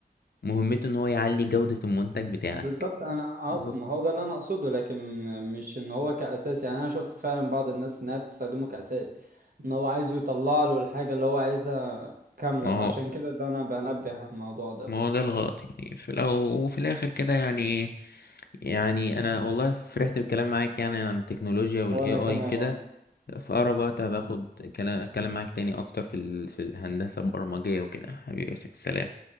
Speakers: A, on the left; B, on the right.
A: مهمته ان هو يعلي جودة المنتج بتاعك
B: بالظبط انا
A: بالظبط
B: اه ما هو ده اللي انا اقصده لكن مش ان هو كاساس يعني انا شفت فعلا بعض الناس انها بتستخدمه كاساس ان هو عايزه يطلع له الحاجه اللي هو عايزها كامله
A: ما هو
B: فعشان كده ده انا بنبه على الموضوع ده
A: ما
B: بس
A: هو ده الغلط يعني في الأول وفي الآخر كده يعني يعني أنا والله فرحت بالكلام معاك يعني عن التكنولوجيا وال
B: وانا
A: AI
B: كمان
A: كده
B: والله
A: في أقرب وقت هباخد كلام أتكلم معاك تاني أكتر في ال... في الهندسة البرمجية وكده حبيبي يا يوسف، سلام